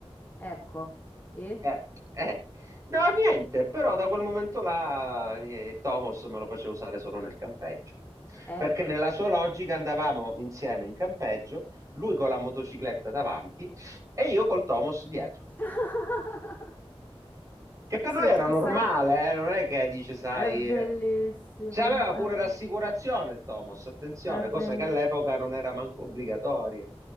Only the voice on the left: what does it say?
Ecco. E?
Ecco.
<laughs>
Senti,
questa
roba
è bellissimo,
è,
be-
è
be-